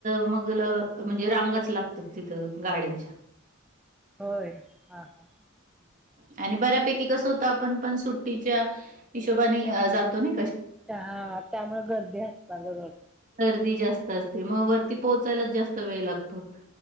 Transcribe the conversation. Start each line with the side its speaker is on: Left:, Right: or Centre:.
Right: म्हणजे रांगच लागतात तिथं गाड्याच्या
Centre: होय हा हा
Right: आणि बऱ्यापैकी कसं होतं आपण पण सुट्टीच्या हिशोबाने जातो ना
Centre: त्यामुळे गर्दी असणार ग जर
Right: कधी जास्त असते मग वरती पोहोचायला जास्त वेळ लागतो